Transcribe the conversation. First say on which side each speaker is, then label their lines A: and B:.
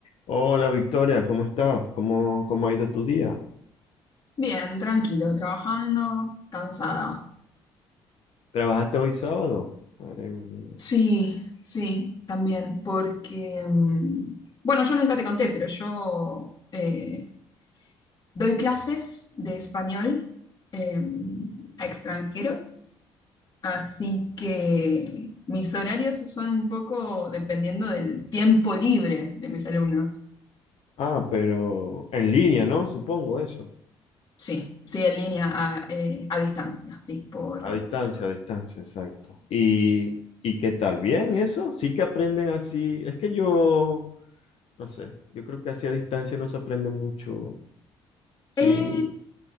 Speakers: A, on the left; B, on the left.
A: Hola Victoria, ¿cómo estás? ¿Cómo, cómo ha ido tu día?
B: Bien, tranquilo, trabajando, cansada.
A: ¿Trabajaste hoy sábado? Madre mía.
B: Sí, sí, también, porque, mm, bueno, yo nunca te conté, pero yo eh, doy clases de español eh, a extranjeros, así que mis horarios son un poco dependiendo del tiempo libre de mis alumnos.
A: Ah, pero en línea, ¿no? Supongo eso.
B: Sí, sí, en línea, a, eh, a distancia, sí, por...
A: A distancia, a distancia, exacto. ¿Y, y qué tal? ¿Bien eso? Sí que aprenden así. Es que yo, no sé, yo creo que así a distancia no se aprende mucho. Sí.
B: Eh,